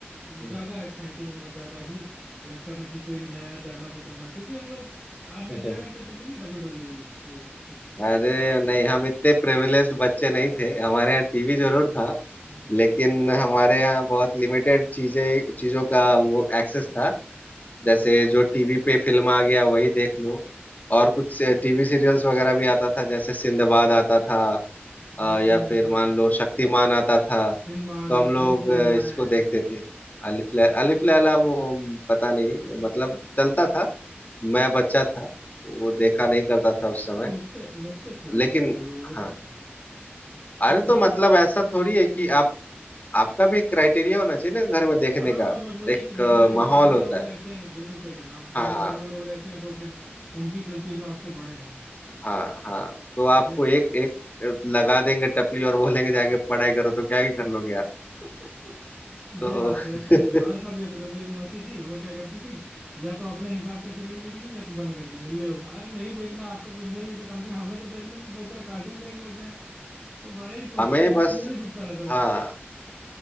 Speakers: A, on the left; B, in the centre.
A: हम्म।
B: ज्यादा एक्साइटिंग और ज्यादा ही लगता था कि कोई नया जाना पहचाना क्योंकि हम लोग आप भी
A: <laughs>
B: देखा करते थे कि नहीं डब्ल्यू डब्ल्यू ई टाइप कुछ
A: अरे नहीं हम इतने प्रिविलेज्ड बच्चे नहीं थे हमारे यहाँ टीवी जरूर था
B: हम्म
A: लेकिन हमारे यहाँ बहुत लिमिटेड चीजें चीजों का वो एक्सेस था जैसे जो टीवी पे फिल्म आ गया वही देख लो और कुछ टीवी सीरियल्स वगैरह भी आता था जैसे सिंदबाद आता था
B: हम्म
A: अ, या फिर मान लो शक्तिमान आता था
B: सिंदबाद
A: तो
B: है
A: हम लोग
B: अलिफ लैला
A: अ, इसको
B: है
A: देखते थे अलिफ लै अलिफ लैला वो पता नहीं मतलब चलता था मैं बच्चा था वो देखा नहीं करता था उस समय
B: अरे मुझसे मुझसे थोड़े
A: लेकिन
B: छोटे हुए होगे
A: हाँ
B: <laughs>
A: अरे तो मतलब ऐसा थोड़ी है कि आप आपका भी एक क्राइटेरिया होना चाहिए ना घर में देखने
B: हाँ
A: का
B: बस वही
A: एक
B: है कि घर
A: अ,
B: में अगर
A: माहौल
B: ज्यादा
A: होता
B: लोग रहते
A: है
B: हैं बिल्कुल सही कह रहे हो आप घर
A: हाँ
B: में ज्यादा लोग रहते हैं तो फिर उनकी चलती है जो आपसे बड़े हैं
A: हाँ हाँ
B: और
A: तो आपको
B: ये
A: एक एक लगा देंगे टपली और बोलेंगे जाके पढ़ाई करो तो क्या ही कर लोगे आप
B: <laughs> ये
A: तो
B: बात
A: <laughs>
B: तो है हमारे साथ भी ऐसा था मेरी मौसी थी वो क्या करती थी या तो अपने हिसाब का सीरियल देखेंगे या तो बंद कर देंगे ले अरे नहीं देखना आपका कुछ नहीं है तो कम से कम हमें तो देखने तो दो चार कार्टून देख लेते हैं तो बड़ा ही शौक
A: हमें
B: था उनका
A: बस
B: खून ही फूकता रहता
A: हाँ
B: था